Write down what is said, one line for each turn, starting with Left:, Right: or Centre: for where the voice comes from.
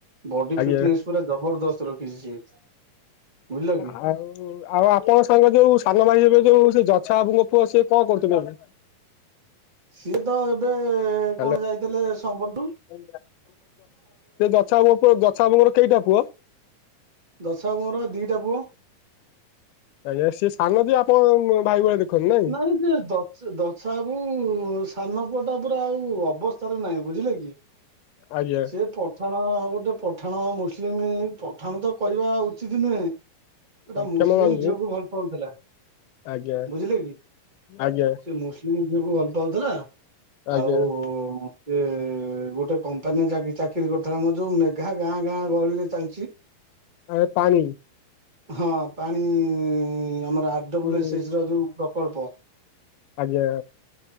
Right: ବଡି
Left: ଆଜ୍ଞା
Right: ଫିଟନେସ୍ ପୁରା ଜବରଦସ୍ତ ରଖିଛି ସିଏ। ବୁଝିଲ କି
Left: ଆଉ ଓ ଆଉ ଆପଣ ସାଙ୍ଗ ଯୋଉ ସାନ ଭାଇ ଏବେ ଯୋଉ ସେ ଜଛା ବାବୁଙ୍କ ପୁଅ ସିଏ କଁ କରୁଚନ୍ତି ଏବେ?
Right: ସିଏ ତ ଏବେ
Left: ହ୍ୟାଲୋ
Right: କଣ ଯାଇଥିଲେ ସମ୍ବଲ ଟୁ।
Left: ସେ ଜଛା ବାବୁଙ୍କ ଯଛା ବାବୁଙ୍କର କେଇଟା ପୁଅ?
Right: ଦଶା ବାବୁଙ୍କର ପା ଦିଟା ପୁଅ।
Left: ଆଜ୍ଞା ସିଏ ସାନ ଯିଏ ଆପଣ ଭାଇ ଭଳିଆ ଦେଖନ୍ତି ନା।
Right: ନାଇଁ ସେ ଦ ଦଛାବୁ ସାନ ପୁଅଟା ପୁରା ଆଉ ଅବସ୍ଥାରେ ନାହିଁ ବୁଝିଲେ କି।
Left: ଆଜ୍ଞା
Right: ସେ ପ ପଠାଣ ଗୋଟେ ପଠାଣ ମୁସଲିମ ପଠାଣ ତ କହିବା ଉଚିତ ନୁହେଁ। ଗୋଟେ ମୁସଲିମ
Left: କ୍ଷମା ମାଗୁଛି।
Right: ଝିଅକୁ ଭଲ ପାଉଥିଲା।
Left: ଆଜ୍ଞା
Right: ବୁଝିଲେ କି
Left: ଆଜ୍ଞା।
Right: ସେ ମୁସଲିମ ଝିଅକୁ ଭଲ ପାଉଥିଲା
Left: ଆଜ୍ଞା
Right: ଆଉ ସେ ଗୋଟେ କମ୍ପାନୀରେ ଚାକିରି କରିଥିଲା ମୋର ଯୋଉ ମେଘା ଗାଁ ଗାଁ ଗହଳିରେ ଚାଲିଛି।
Left: ଆ ପାଣି।
Right: ହଁ ପାଣି ଆମର ଆରଡବ୍ଲୁ
Left: ହୁଁ
Right: ଏସେ ଏସ ର ଯୋଉ ପ୍ରକଳ୍ପ।
Left: ଆଜ୍ଞା।